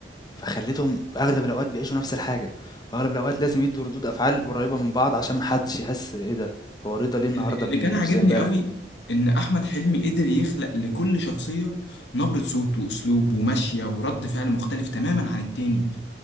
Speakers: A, on the left; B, on the left.
A: فخلتهم اغلب الاوقات بيعيشوا نفس الحاجة واغلب الاوقات لازم يدوا ردود افعال قريبة من بعض عشان محدش يحس ايه ده هو رضا ليه النهاردة
B: اللي اللي
A: بي-
B: كان
A: مش
B: عاجبني
A: زي امبارح
B: قوي ان احمد حلمي قدر يخلق لكل شخصيه نبره صوت واسلوب ومشيه ورد فعل مختلف تماما عن التاني